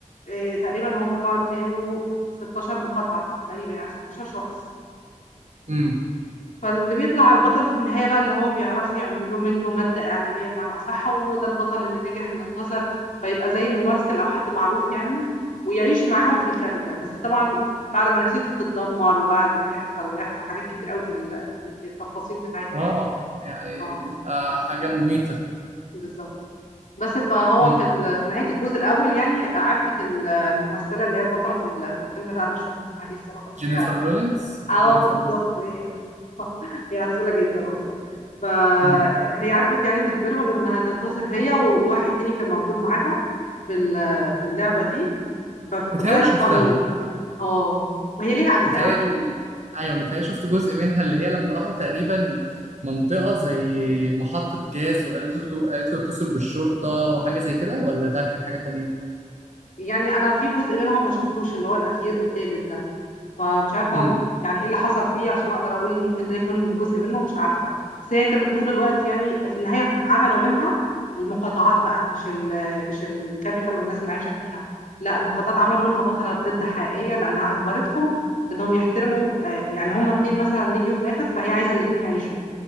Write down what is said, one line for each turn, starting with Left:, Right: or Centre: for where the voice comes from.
Left: آه، تقريبا هم كانوا 16 مقاطعة تقريبا يعني 16 شخص
Right: مم.
Left: فاللي بيطلع البطل في النهاية بقى اللي هو بيعرفوا يعملوا منه مادة إعلامية بمعنى أصح وهو ده البطل اللي نجح اللي انتصر فيبقى زي ممثل أو حد معروف يعني ويعيش معاهم في الكابيتال بس طبعا بعد ما نفسيته تتدمر وبعد ما يحصل ويحصل حاجات كتير قوي في ال- في التفاصيل بتاعتها
Right: اه
Left: يعني
Right: يعني
Left: اه
Right: بيبقى حاجة مميتة
Left: بالظبط بس فهو
Right: مم.
Left: في ال- في نهاية الجزء الأول يعني عرفت ال- الممثلة اللي هي البطلة في ال- في الفيلم ده أنا مش فاكرة اسمها إيه الصراحة بس
Right: جينيفر
Left: هي
Right: لورنس
Left: اه
Right: جينيفر
Left: بالظبط
Right: لورنس
Left: هي هي عسولة جدا اصلا فهي
Right: مم.
Left: عرفت يعني تجبرهم انها تنتصر هي وواحد تاني كان موجود معاها في ال- في اللعبة دي فتغير
Right: متهيألي
Left: القانون
Right: شفتها
Left: اه وهي ليها اجزاء
Right: متهيألي
Left: على فكرة
Right: أيوة متهيألي شفت جزء منها اللي هي لما راحوا تقريبا منطقة زي محطة جاز وقالت له قالت له اتصل بالشرطة وحاجة زي كده ولا ده كان حاجة تانية؟
Left: يعني انا في جزء منهم ما شفتوش اللي هو الاخير التالت ده فمش عارفة
Right: امم
Left: يعني ايه اللي حصل فيه عشان اقدر اقول ممكن ده يكون جزء منه مش عارفة بس هي كانت طول الوقت يعني في النهاية عملوا منها المقاطعات بقى مش ال مش الكابيتال والناس اللي عايشة فيها لا المقاطعات عملوا منها بطلة بجد حقيقية لانها اجبرتهم انهم يحترموا آه، يعني هما اتنين مثلا نجوا في الاخر فهي عايزة الاتنين يعيشوا